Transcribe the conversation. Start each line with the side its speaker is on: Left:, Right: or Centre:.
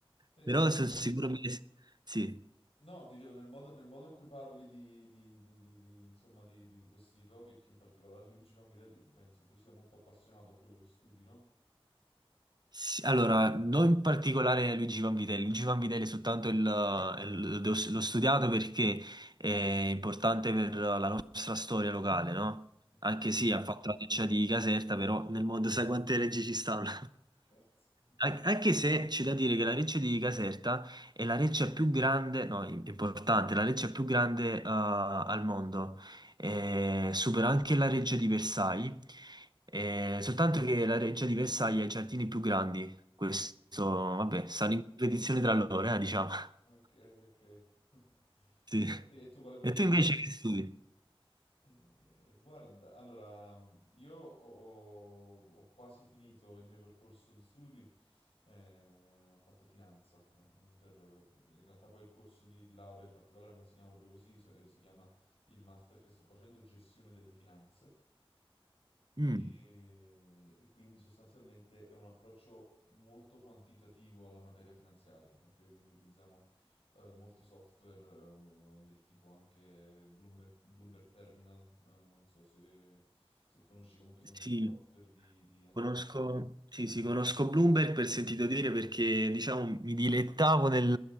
Left: Senti,
Right: <laughs> Però
Left: ma
Right: sono
Left: ma-
Right: sicuro 1600, sì.
Left: no, dicevo, nel modo, nel modo in cui parli di, di- di- di- di- insomma, di, di questi topic, in particolare Luigi Vanvitelli, penso tu sia molto appassionato a quello che studi, no?
Right: Sì, allora, non in particolare Luigi Vanvitelli, Luigi Vanvitelli è soltanto il, il- l'ho l'ho studiato perché è importante per la nostra storia locale, no?
Left: Ok,
Right: Anche sì, ha fatto la deccia di Caserta, però nel mondo sai quante leggi ci stanno.
Left: certo. <laughs>
Right: <laughs> An- Anche se c'è da dire che la Recce di Caserta è la reccia più grande, no, importante, la reccia più grande eh, al mondo eh, supera anche la reggia di Versailles, eh, soltanto che la reggia di Versailles ha i giardini più grandi. Questo,
Left: Ok,
Right: vabbè, stanno in competizione tra loro, eh, diciamo.
Left: ok,
Right: <laughs>
Left: ok. <laughs>
Right: Sì.
Left: E, a te- e tu quale preferisci?
Right: E tu invece che studi?
Left: Eh, guarda, allora, io ho, ho quasi finito il mio percorso di studi, eh, ho fatto finanza, no? Per- in realtà poi il corso di, di laurea in particolare non si chiama proprio così, so- eh, si chiama il master che sto facendo, gestione delle finanze.
Right: Mm,
Left: E, e quindi sostanzialmente è un approccio molto quantitativo alla materia finanziaria, ok? Quindi utilizziamo eh, molti software ehm, del tipo anche Bloomberg, Bloomberg Terminal, eh, non so se, se conosci, comunque sono
Right: Sì.
Left: tutti software di, di analisi.
Right: Conosco, sì, sì, conosco Bloomberg per sentito dire perché, diciamo, mi dilettavo nel,